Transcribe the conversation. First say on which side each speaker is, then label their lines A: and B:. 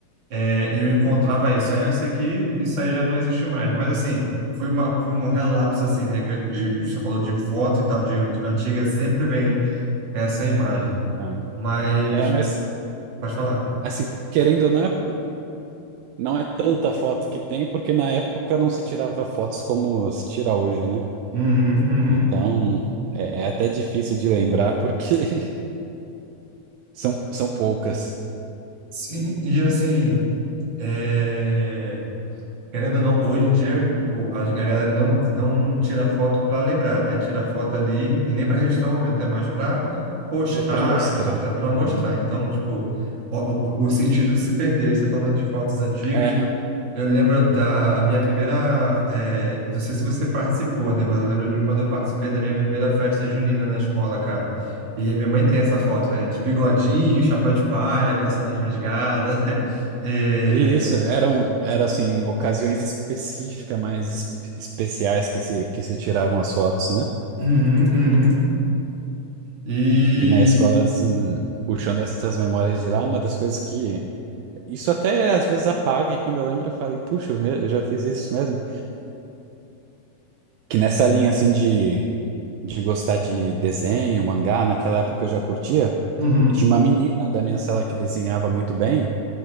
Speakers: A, on the right (about 35°); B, on the right (about 80°).
A: É, eu encontrava isso. Aí eu sei que isso aí já não existe mais. Mas assim, foi, uma, foi um relapso assim, né? Que eu, de, você falou de foto e tal, de an- antiga, sempre vem essa imagem.
B: Ah,
A: Mas,
B: É, mas
A: pode falar.
B: assim, querendo ou não, é, não é tanta foto que tem, porque na época não se tirava fotos como se tira hoje, né?
A: Uhum, uhum.
B: Então é, é até difícil de lembrar porque <laughs> são, são poucas.
A: Sim, e assim, é... Querendo ou não, hoje em dia, tipo, a a galera não, não tira foto para lembrar, né? Tira foto ali e nem para registrar o momento, é mais para postar,
B: É para mostrar.
A: para mostrar.
B: Uhum.
A: Então, tipo, o, o, o sentido se perdeu. E você falando de fotos antigas,
B: É,
A: eu lembro da minha primeira. eh, não sei se você participou, né? Mas eu lembro de quando eu participei da minha primeira festa junina na escola, cara. E a minha mãe tem essa foto, né? De bigodinho, chapéu de palha, calça jeans rasgada. <laughs> eh,
B: e isso eram eram assim ocasiões específicas, mais es- especiais que se que se tiravam as fotos, né?
A: Uhum, uhum. E.
B: E na escola assim, puxando essas memórias de lá, uma das coisas que Isso até às vezes apaga, e quando eu lembro, eu falei, puxa, eu me- eu já fiz isso mesmo. Que nessa linha assim de, de gostar de desenho, mangá, naquela época eu já curtia,
A: Uhum.
B: e tinha uma menina da minha sala que desenhava muito bem.